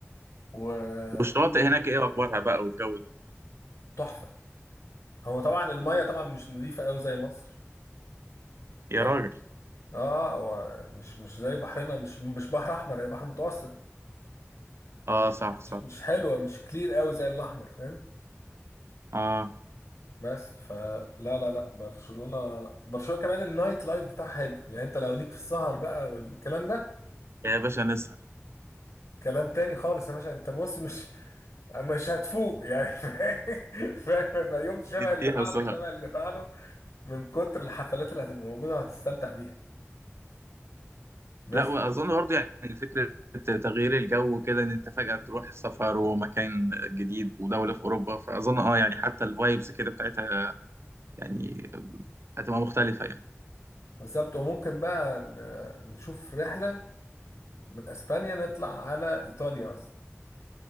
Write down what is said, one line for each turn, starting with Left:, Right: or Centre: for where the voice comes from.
Left: وكل
Right: والشواطئ هناك ايه اخبارها بقى والجو ده
Left: تحفه هو طبعا الميه طبعا مش نظيفه قوي زي مصر
Right: يا
Left: فاهم
Right: راجل
Left: اه هو مش مش زي بحرنا مش مش بحر احمر هي بحر متوسط فمش
Right: اه صح
Left: مش
Right: صح
Left: مش حلوه مش كلير قوي زي الاحمر فاهم
Right: اه
Left: بس فلا لا لا برشلونه برشلونه كمان النايت لايف بتاعها حلو يعني انت لو ليك في السهر بقى والكلام ده
Right: يا باشا نسهر
Left: كلام تاني خالص يا باشا انت بص مش مش هتفوق يعني <laughs> فاهم فاهم؟ يبقى يوم شبه
Right: <laughs> نديها
Left: اللي بعده
Right: سهر
Left: شبه اللي بعده من كتر الحفلات اللي هتبقى موجوده وهتستمتع بيها بس
Right: لا واظن برضه يعني فكره تغيير الجو كده ان انت فجاه تروح سفر ومكان جديد ودوله في اوروبا فاظن اه يعني حتى الفايبس كده بتاعتها يعني هتبقى مختلفة يعني
Left: بالظبط وممكن بقى ن- نشوف رحلة من اسبانيا نطلع على ايطاليا مثلا